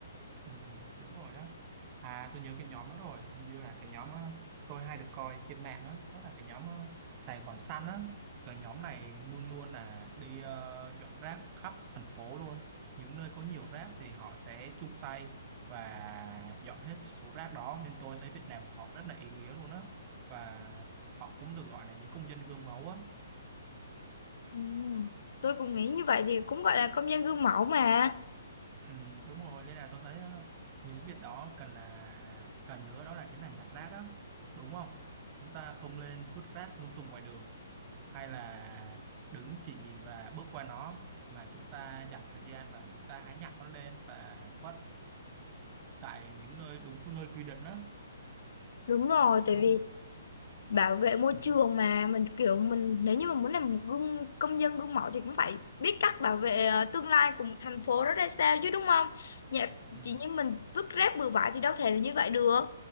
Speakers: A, on the right; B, on the left.
A: Ừ, đúng rồi á à tôi nhớ cái nhóm đó rồi hình như là cái nhóm ờ, tôi hay được coi trên mạng á đó là cái nhóm ờ, Sài Gòn Xanh á cái nhóm này luôn luôn là đi ờ, dọn rác khắp thành phố luôn những nơi có nhiều rác thì họ sẽ chung tay và dọn hết số rác đó nên tôi thấy Việt Nam của họ rất là ý nghĩa luôn á và họ cũng được gọi là những công dân gương mẫu á
B: ừ. tôi cũng nghĩ như vậy thì cũng gọi là công dân gương mẫu mà
A: Ừ, đúng rồi nên là tôi thấy ờ, những việc đó cần là cần nữa đó là chính là nhặt rác đó đúng không chúng ta không lên vứt rác lung tung ngoài đường hay là đứng chỉ nhìn và bước qua nó mà chúng ta dành thời gian và chúng ta hãy nhặt nó lên và vứt tại những nơi đúng nơi quy định đó
B: đúng rồi tại
A: đúng
B: vì bảo vệ môi
A: ừ,
B: trường mà mình kiểu mình nếu như mà muốn làm một gương công dân gương mẫu thì cũng phải biết cách bảo vệ ờ, tương lai của một thành phố đó ra sao chứ đúng không? Dạ,
A: ừ,
B: chỉ như mình vứt rác bừa bãi thì đâu thể là như vậy được.